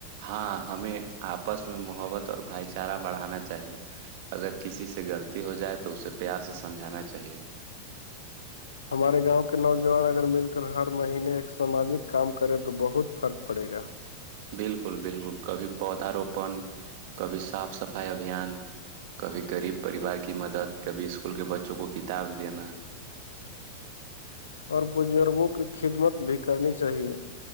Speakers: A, on the right; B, on the left.
A: ہاں ہمیں آپس میں محبت اور بھائی چارہ بڑھانا چاہیے اگر کسی سے غلطی ہو جائے تو اسے پیار سے سمجھانا چاہیے
B: ہمارے گاؤں کے نوجوان اگر مل کر ہر مہینے ایک ساماجک کام کرے تو بہت فرق پڑے گا
A: بالکل بالکل کبھی پودااروپن کبھی صاف صفائی ابھیان کبھی غریب پریوار کی مدد کبھی اسکول کے بچوں کو کتاب دینا
B: اور بزرگوں کی خدمت بھی کرنی چاہیے